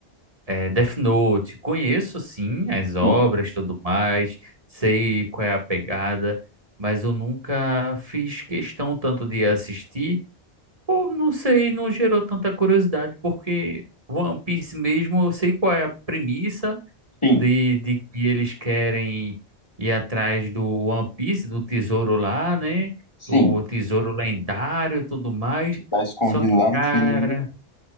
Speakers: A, on the right (about 35°); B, on the left (about 25°).
A: É, Death Note, conheço sim as obras,
B: sim,
A: tudo mais, sei qual é a pegada, mas eu nunca fiz questão tanto de assistir, ou não sei, não gerou tanta curiosidade, porque One Piece mesmo, eu sei qual é a premissa
B: sim,
A: de, de que eles querem ir atrás do One Piece, do tesouro lá, né?
B: sim.
A: O tesouro lendário, e tudo mais.
B: Que Tá escondido
A: Só que,
B: lá no
A: cara.
B: fim do mundo.